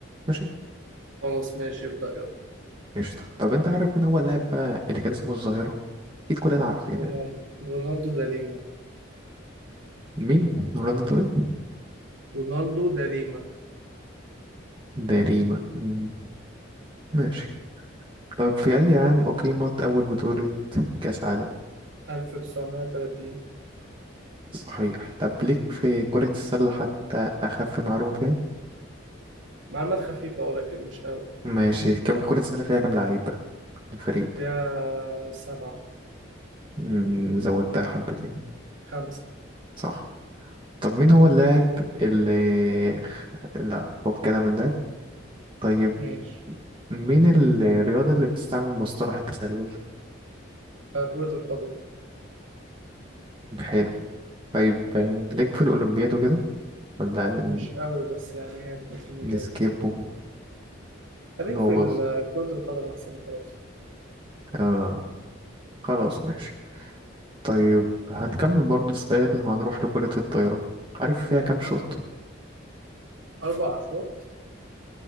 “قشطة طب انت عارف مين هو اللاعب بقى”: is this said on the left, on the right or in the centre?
Right